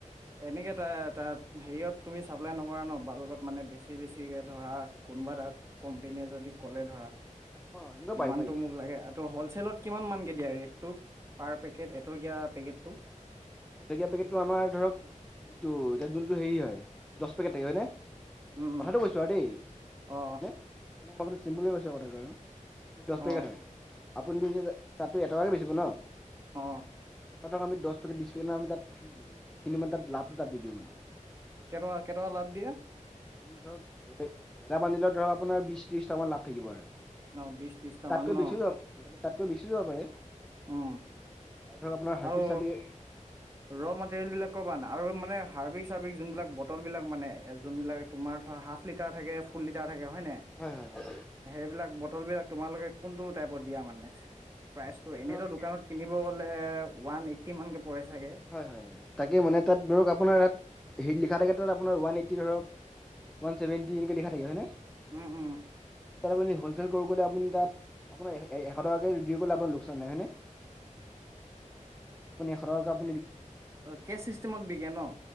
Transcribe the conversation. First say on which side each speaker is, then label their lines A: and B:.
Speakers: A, on the right; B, in the centre.
A: এনেকে তে তাত হেৰিয়ত তুমি চাপ্লাই নকৰা ন বাল্কত মানে বেছি বেছিকৈ ধৰা কোনোবা তাক কোম্পোনীয়ে যদি ক'লে ধৰা
B: অঁ সেনেকুৱা
A: ইমানতটো
B: পাৰি পাৰি
A: মোক লাগে আৰুটো হ'লচেলত কিমান মান কে দিয়া ৰেটটো পাৰ পেকেট। এটকীয়া পেকেটটো।
B: এটকিয়া পেকেটটো আমাৰ ধৰক এইটো এতিয়া যোনটো হেৰি হয় দহ পেকেট আহ হয়নে?
A: উম
B: কথাটো কৈছোঁ আৰু দেই
A: অ
B: আপোনাক মই বোলোঁ চিম্পুলকে কৈছোঁ কথাটো আৰু দহ পেকেট
A: অ
B: হয় আপুনিটো তাতো এটকাকে বেচিব ন।
A: অহ'
B: ধৰক আমি জহত পেকেট বিশ পেকেট আমি তাত দিওঁ মানে কিন্ত মানে তাত লাভটো তাত দিওঁ মানে
A: কে টকা, কে টকা, লাভ দিয়ে।
B: ধৰক এটা বানন্দিলত ধৰক আপোনাৰ বিশ ত্ৰিশ টকামান লাভ থাকিব আৰু
A: ন বিশ ত্ৰিশটা
B: তাতকৈ
A: মান ন
B: বেছিও যাব তাতকৈ বেছিও যাব পাৰে। আৰু
A: উম
B: ধৰক আপোনাৰ হাৰ্পিক
A: আৰু
B: চাৰপিক
A: ৰ মেটেৰিয়েল বিলাক ক'ব আনা আৰু মানে হাৰ্বিক চাৰ্বিক যোনবিলাক বটল বিলাক মানে যোনবিলাক তোমাৰ ধৰা হাফ লিটাৰ থাকে, ফুল লিটাৰ থাকে। হয় নাই।
B: হয় হয়
A: সেইবিলাক বটল বিলাক তোমালোকে কোনটো টাইপত দিয়া মানেছ। প্ৰাইচটো
B: আমি
A: এনেইতো
B: ধৰক
A: দোকানত কিনিব গ'লে ওৱান এইটি মানকে পৰে চাগে
B: হয়, হয়, হয়, তাকে মানে তাত ধৰক আপোনাৰ ইয়াত হেই লিখা থাকে তাত আপোনাৰ ওৱান এইটি ধৰক ওৱান ছেভেনটি এনেকে লিখা থাকে।
A: উম, উম।
B: কৰোঁ বুলি হ'লচেল কৰোঁ ক'লে আপুনি তাত আপোনাৰ এশ টকাকে ৰিদিও কৰিলে লোকচ আনে হয়নে আপুনি এশ টকাটো
A: কে চিষ্টেমত বিকে ন।